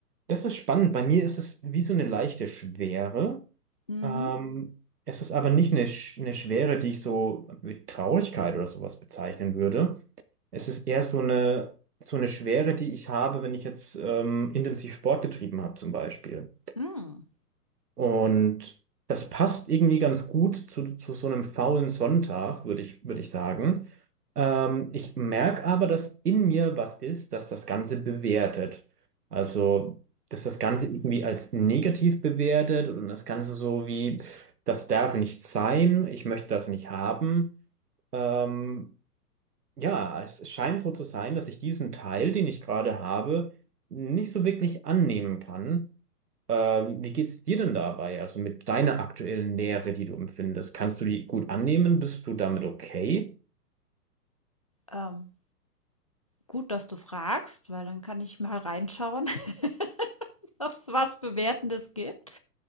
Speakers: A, on the right; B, on the left.
A: das ist spannend. Bei mir ist es wie so eine leichte Schwere.
B: Mhm.
A: Ähm, es ist aber nicht eine, Sch- eine Schwere, die ich so mit Traurigkeit oder sowas bezeichnen würde. Es ist eher so eine, so eine Schwere, die ich habe, wenn ich jetzt ähm, intensiv Sport getrieben habe, zum Beispiel.
B: Mhm.
A: Und das passt irgendwie ganz gut zu, zu so einem faulen Sonntag, würde ich, würde ich sagen. Ähm, ich merke aber, dass in mir was ist, dass das Ganze bewertet. Also, dass das Ganze irgendwie als negativ bewertet und das Ganze so wie, das darf nicht sein, ich möchte das nicht haben. Ähm, ja, es es scheint so zu sein, dass ich diesen Teil, den ich gerade habe, nicht so wirklich annehmen kann. Ähm, wie geht's dir denn dabei? Also mit deiner aktuellen Nähe, die du empfindest, kannst du die gut annehmen? Bist du damit okay?
B: Ähm, gut, dass du fragst, weil dann kann ich mal reinschauen, <laughs> ob es was Bewertendes gibt.